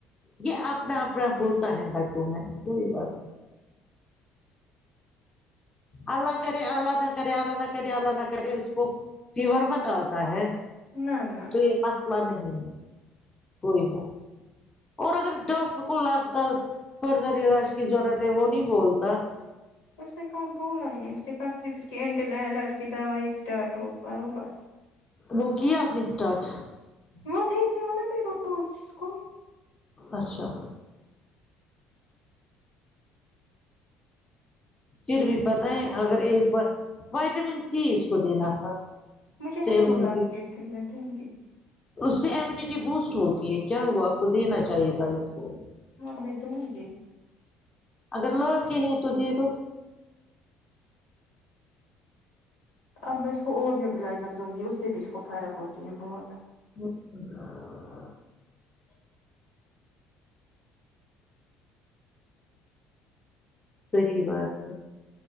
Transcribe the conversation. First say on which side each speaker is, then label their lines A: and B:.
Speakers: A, on the left; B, on the left.
A: یے اپنا اپنا ہوتا ہے بچوں میں کوئی بات نہیں اللہ کرے اللہ نہ کرے اللہ نہ کرے اللہ نہ کرے اس کو فیور مت آتا ہے
B: نہ نہ
A: پھر مسلا نہیں ہے کوئی بات نہیں اور اگر ڈاکٹر کو لگتا فردر علاج کی ضرورت ہے وہ نہیں بولتا
B: اس نے کل بولا ہی نہیں اس نے کہا صرف اس کی اینٹی الرجی دوائی اسٹارٹ ہو کروں بس
A: وہ کی اپنے اسٹارٹ
B: وہ دیتی ہو نا میرا اس کو
A: اچھا پھر بھی پتہ ہے اگر ایک بار وائٹامن سی اس کو دینا تھا
B: مجھے
A: سییم
B: ہے وہ لا
A: ریپیٹ
B: کے پھر میں دوں گی
A: اس سے امیونٹی بوسٹ ہوتی ہے کیا ہوا آپ کو دینا چاہیے تھا اس کو
B: ہاں میں دوں گی
A: اگر لاکے ہے تو دے دو
B: اب میں اس کو اور نیوٹلائزر دوں گی اس سے بھی اس کو فرق ہوتی ہے بہت
A: <inaudible>
B: <unintelligible>
A: صحیح بات ہے